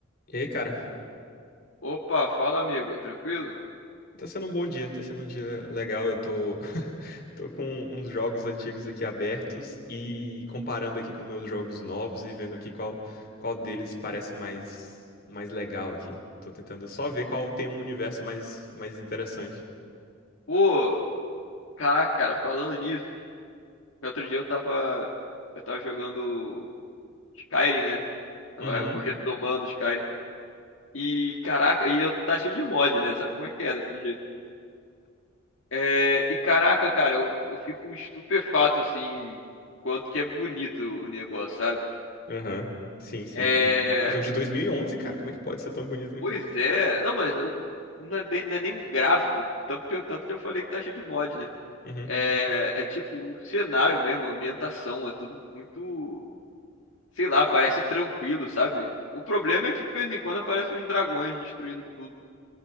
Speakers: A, on the left; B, on the left.
A: E aí, cara?
B: Opa, fala amigo, tranquilo?
A: Tá sendo um bom dia, tá sendo um dia legal. Eu tô, <laughs> tô com uns jogos antigos aqui abertos e comparando aqui com meus jogos novos e vendo aqui qual, qual deles parece mais, mais legal aqui. Tô tentando só ver qual tem um universo mais, mais interessante.
B: Pô, caraca, cara, falando nisso, outro dia eu tava, eu tava jogando Skyrim, né? Tava
A: Uhum,
B: retomando Skyrim. E caraca, e eu tá cheio de mod, né? Sabe como é que é daquele jeito? É, e caraca, cara, eu, eu fico estupefato assim, quanto que é bonito o negócio, sabe?
A: aham. Sim, sim.
B: É,
A: E jogo de 2011, cara, como é que pode ser tão bonito, né?
B: pois é, não, mas eu- não é bem- não é nem o gráfico, tanto que eu, tanto que eu falei que tá cheio de mod, né?
A: Uhum.
B: É, é tipo o cenário mesmo, a ambientação, é tudo muito, sei lá, parece tranquilo, sabe? O problema é que de vez em quando aparecem uns dragões destruindo tudo <laughs>